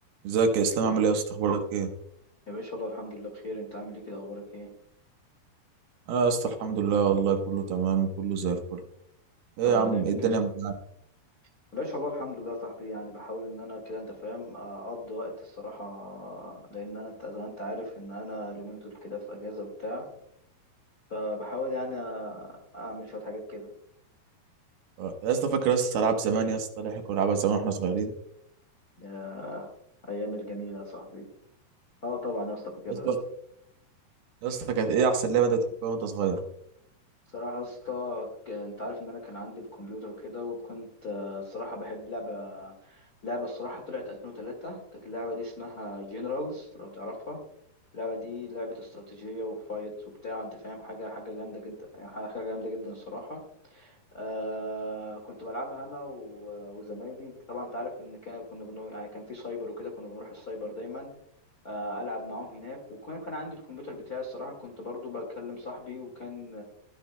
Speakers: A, on the right; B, on the left.
A: ازيك يا اسلام عامل ايه يا اسطى اخبارك ايه
B: يا باشا والله الحمد لله بخير انت عامل ايه كده اخبارك ايه يا
A: انا يا اسطى الحمد لله والله كله تمام وكله زي الفل ايه
B: رب
A: يا عم
B: دايما
A: ايه الدنيا
B: كده يا صديقي
A: معاك
B: يا باشا والله الحمد لله يا صاحبي يعني بحاول ان انا كده انت فاهم اقضي وقت الصراحه لان انا انت زي ما انت عارف ان انا اليومين دول كده في اجازه وبتاع فبحاول يعني اعمل شويه حاجات كده
A: اه، يا اسطى فاكر يا اسطى العاب زمان يا اسطى اللي احنا كنا بنلعبها زمان واحنا صغيرين
B: يا ايام الجميله يا صاحبي اه طبعا يا اسطى فاكرها
A: يا اسطى
B: يا اسطى
A: يا اسطى كانت ايه احسن لعبه انت بتحبها وانت صغير
B: الصراحه يا اسطى ك- انت عارف ان انا كان عندي الكمبيوتر وكده وكنت آه، الصراحه بحب لعبه لعبه الصراحه طلعت 2003 كانت اللعبه دي اسمها جنرالز لو تعرفها اللعبة دي لعبة استراتيجية وفايتس وبتاع انت فاهم حاجة حاجة جامدة جدا يعني حاجة جامدة جدا الصراحة آه كنت بلعبها انا و- وزمايلي انت طبعا انت عارف ان كان كنا بنو... يعني كان في سايبر وكده كنا بنروح السايبر دايما آه العب معاهم هناك وكان كان عندي الكمبيوتر بتاعي الصراحة كنت برضو بكلم صاحبي وكان